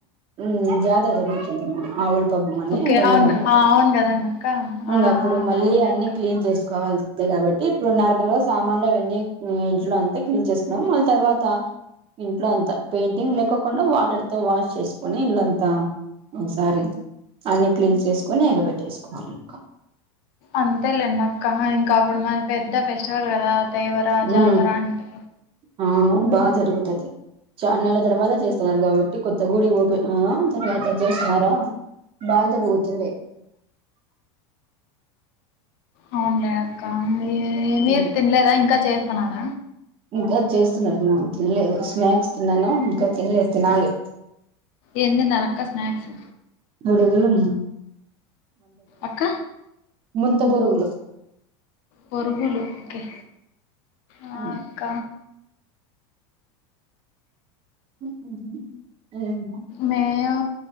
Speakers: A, on the right; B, on the left.
A: హు జాతర జరుగుతుంది. ఆవుల పబ్బం అని
B: ఓకే
A: గంగమ్మ
B: అవును
A: జాతర
B: అవును కదండి అక్క
A: ఇంగ
B: ఆ
A: అప్పుడు మళ్ళీ
B: అవునులే
A: అన్ని
B: అక్క
A: క్లీన్ చేసుకోవాల్సి కాబట్టి ఇప్పుడు నార్మల్ గా సామాన్లు అవన్నీ ఇంట్లో అంతా క్లీన్ చేసుకున్నాం మళ్ళీ తర్వాత ఇంట్లో అంతా పెయిట్ టింగ్ లేకుండా వాటర్ తో వాష్ చేసుకొని ఇల్లంతా ఒకసారి అన్ని క్లీన్ చేసుకొని ఎగబెట్టేసుకోవాలి ఇంక
B: అంతేలేండక్క ఇంకా అప్పుడు మన పెద్ద ఫెస్టివల్ కదా దేవర
A: హు
B: జాతర అంటే
A: ఆ బా జరుగుతది ఛా నాళ్ల తర్వాత చేస్తున్నారు. కాబట్టి కొత్త గుడి ఓపెన్ ఆ తర్వాత చేస్తున్నారా బా జరుగుతుంది.
B: అవునులే అక్క ఏ మీరు
A: ఉమ్
B: తినలేదా ఇంకా చేస్ తిన్నాడ
A: ఇంకా చేస్తున్నారు మా తినలేదు స్నాక్స్ తిన్నాను. ఇంకా తినలేదు తినాలి
B: ఏం తిన్నారు అక్క స్నాక్స్
A: ముడుగులు
B: అక్క
A: ముంత బొరుగులు
B: పోరుగులు ఒకే ఆ
A: ఉమ్
B: అక్క
A: <unintelligible>
B: మేము